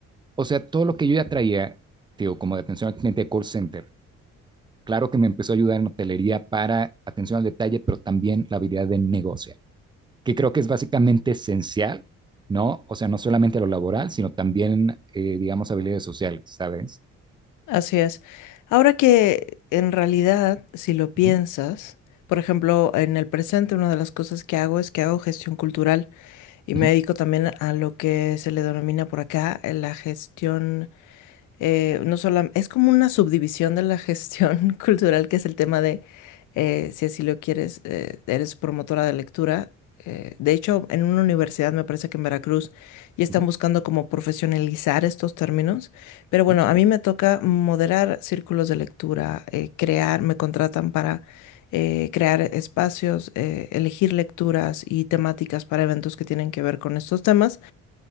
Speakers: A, on the right; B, on the left.
A: o sea, todo lo que yo ya traía, digo, como de atención al cliente de call center, claro que me empezó a ayudar en hotelería para atención al detalle, pero también la habilidad de negociar que creo que es básicamente esencial, ¿no? O sea, no solamente lo laboral, sino también, eh, digamos, habilidades sociales, ¿sabes?
B: Así es. Ahora que en realidad, si lo piensas,
A: Uh-huh,
B: por ejemplo, en el presente una de las cosas que hago es que hago gestión cultural y me
A: uh-huh,
B: dedico también a lo que se le denomina por acá eh, la gestión eh, no solo, es como una subdivisión de la gestión <laughs> cultural, que es el tema de, eh, si así lo quieres, eh, eres promotora de lectura. Eh, de hecho, en una universidad, me parece que en Veracruz, ya están
A: uh-huh,
B: buscando como profesionalizar estos términos. Pero bueno,
A: ¿eh?
B: a mí me toca moderar círculos de lectura, eh, crear, me contratan para eh, crear espacios, eh, elegir lecturas y temáticas para eventos que tienen que ver con estos temas.